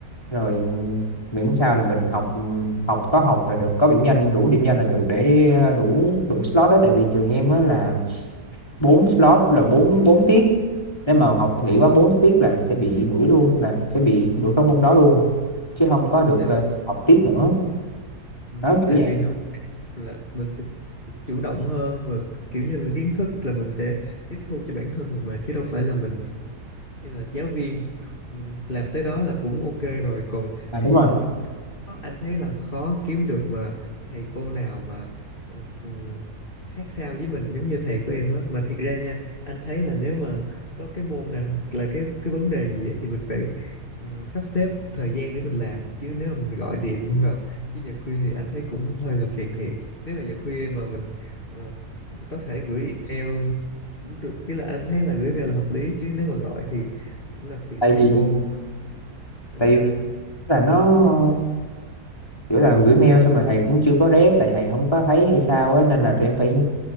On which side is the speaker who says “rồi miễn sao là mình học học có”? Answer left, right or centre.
Left